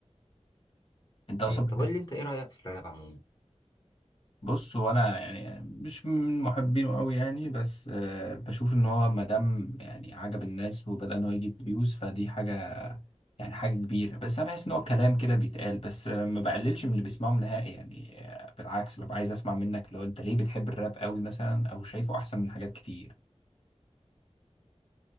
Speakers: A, on the left; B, on the left.
A: انت اصلا
B: أيوة. طب
A: بتحب-
B: قول لي انت ايه رأيك في الراب عموما
A: بص وانا يعني مش من محبينه قوي يعني بس آه، بشوف ان هو ما دام يعني عجب الناس وبدأ ان هو يجيب فيوز فدي حاجه يعني حاجة كبيرة بس أنا بحس إن هو كلام كده بيتقال بس آه، ما بقللش من اللي بيسمعهم نهائي يعني آه، بالعكس ببقى عايز أسمع منك لو أنت ليه بتحب الراب قوي مثلا أو شايفه أحسن من حاجات كتير